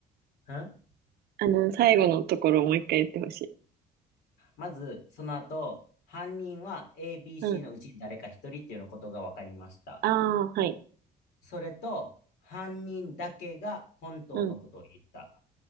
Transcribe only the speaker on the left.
ん
まず、その後、犯人は A、B、
C のうちに誰か一人っていうのことが分かりました。
それと、犯人だけが本当のことを言った。